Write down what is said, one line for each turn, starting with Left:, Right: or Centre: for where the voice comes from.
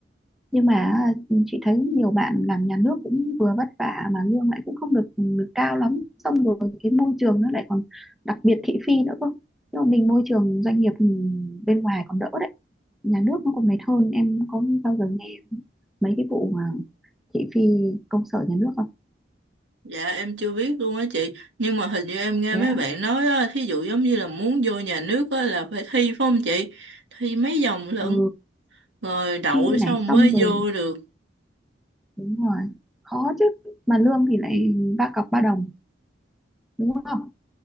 Centre: nhưng mà chị thấy nhiều bạn làm nhà nước cũng vừa vất vả mà lương lại cũng không được, được cao lắm xong rồi cái môi trường nó lại còn đặc biệt thị phi nữa cơ nhưng mà mình môi trường doanh nghiệp bên ngoài còn đỡ đấy nhà nước nó còn mệt hơn em có bao giờ nghe mấy cái vụ mà thị phi công sở nhà nước không
Right: Dạ em chưa biết luôn á chị Nhưng mà hình như em nghe
Centre: thế
Right: mấy
Centre: á
Right: bạn nói á Thí dụ giống như là muốn vô nhà nước á Là phải thi phải không chị Thi mấy vòng lận
Centre: ừ
Right: Rồi đậu
Centre: thi
Right: xong
Centre: này xong
Right: mới
Centre: rồi
Right: vô được
Centre: đúng rồi khó chứ mà lương thì lại ba cọc ba đồng đúng không